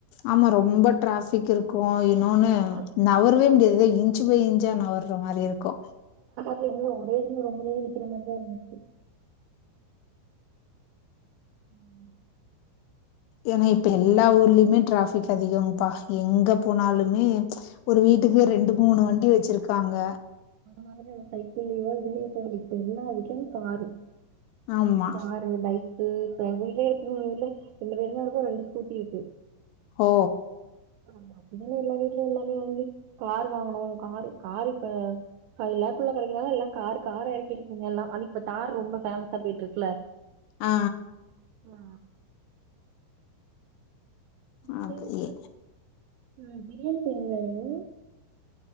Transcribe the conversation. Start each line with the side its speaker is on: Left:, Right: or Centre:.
Left: ஆமா ரொம்ப ட்ராஃபிக் இருக்கு இன்னொன்னு
Right: ஆமா.
Left: நவ்ரவே முடியாது எதோ இஞ்ச்சு பை இஞ்ச்சா நவர் ற மாரி இருக்கு
Right: கெ இன்னு ஒரே இதுலயே ரொம்ப நேரொ நிக்கிற மாரிதா இருந்துச்சி ம்
Left: ஏனா இப்ப எல்லா ஊர்லயுமே டிராஃபிக் அதிகங்கப்பா எங்க போனாலுமே
Right: ஆனா
Left: ஒரு
Right: இப்ப
Left: வீட்டுக்கு
Right: வந்து
Left: ரெண்டு மூணு வண்டி வெச்சிருக்காங்க
Right: எங்க <unintelligible> சைக்கிள்ளா இருந்ததுபா இப்ப எல்லா வீட்லயு காரு
Left: ஆமா.
Right: காரு பை கு இப்ப எங்க விட்லேயு இருக்கு <unintelligible> ரெண்டு பெரு தா இருக்கோ ரெண்டு ஸ்கூட்டி இருக்கு
Left: ஒ
Right: ஆமா அப்டித்தானே எல்லா வீட்டுலயு எல்லாமே வாங்கி கார் வாங்கணோ கார் கார் இப்ப ஃபைவ் லாக்குல்ல கெடைக்கிறனால எல்லா கார் கார் எறக்கிச்சிங்க எல்லா அது இப்ப தார் ரொம்ப ஃபேமஸா போயிட்ருக்குல
Left: ஆ
Right: யா முதல்ல
Left: அது
Right: செஞ்சது
Left: எ
Right: ம் பிரியாணி பண்ணீங்களா நிங்க